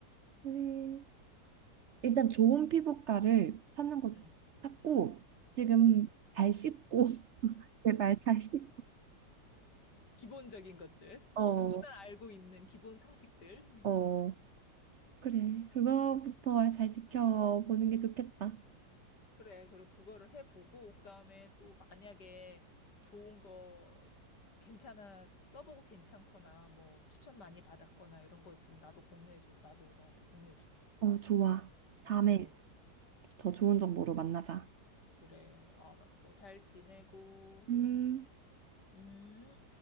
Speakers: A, on the right; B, on the left.
A: 우리. 일단 좋은 피부과를 찾는 것
B: 음,
A: 찾고, 지금
B: 음.
A: 잘 씻고, <laughs> 제발 잘 씻고.
B: 기본적인 것들.
A: 어,
B: 누구나 알고 있는 기본 상식들.
A: 어. 그래. 그거부터 잘 지켜보는 게 좋겠다.
B: 그래. 그리고 그거를 해보고, 그 다음에 또 만약에 좋은 거, 괜찮아, 써보고 괜찮거나, 뭐, 추천 많이 받았거나 이런 거 있으면 나도 공유해줘. 나도 너한테 공유해줄게.
A: 어, 좋아. 다음에
B: 음,
A: 더 좋은 정보로 만나자.
B: 그래. 알았어. 잘 지내고,
A: 음.
B: 음.